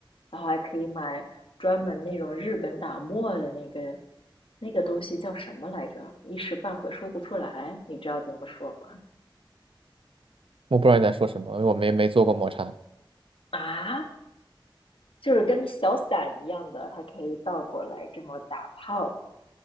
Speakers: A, on the left; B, on the right.
A: 然后还可以买专门那种日本打沫的那个那个东西叫什么来着？一时半会说不出来，你知道怎么说吗？
B: 我不知道你在说什么，因为我没没做过抹茶。
A: 啊，就是跟小伞一样的，它可以倒过来这么打泡。